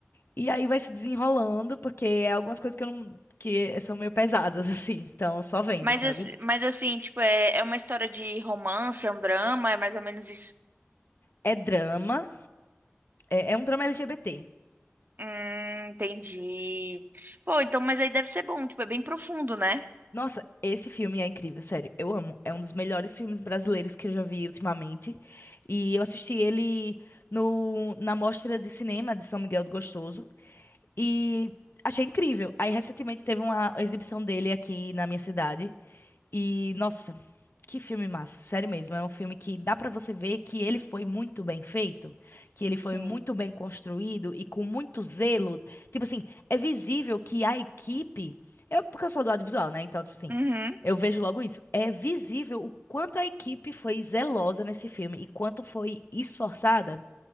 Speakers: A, on the left; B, on the right.
A: E aí vai se desenrolando, porque é algumas coisas que eu não... que são meio pesadas, <laughs> assim, então só vendo,
B: Mas,
A: sabe?
B: assi- mas assim, tipo, é, é uma história de romance, é um drama, é mais ou menos isso.
A: É drama, é é um drama LGBT.
B: Hum, entendi. Pô, então, mas aí deve ser bom, tipo, é bem profundo, né?
A: Nossa, esse filme é incrível, sério. Eu amo. É um dos melhores filmes brasileiros que eu já vi ultimamente. E eu assisti ele no, na Mostra de Cinema de São Miguel do Gostoso. E achei incrível. Aí, recentemente, teve uma exibição dele aqui na minha cidade. E, nossa, que filme massa, sério mesmo. É um filme que dá pra você ver que ele foi muito bem feito, que ele foi
B: Sim.
A: muito bem construído e com muito zelo. Tipo assim, é visível que a equipe. Eu, porque eu sou do audiovisual, né? Então, tipo assim,
B: Uhum,
A: eu vejo logo isso. É visível o quanto a equipe foi zelosa nesse filme e quanto foi esforçada,